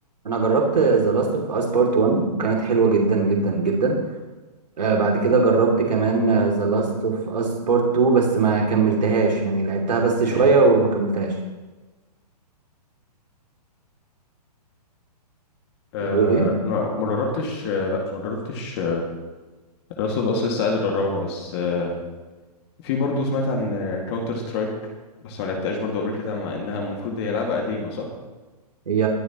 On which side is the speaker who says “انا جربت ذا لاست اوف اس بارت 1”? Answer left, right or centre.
Right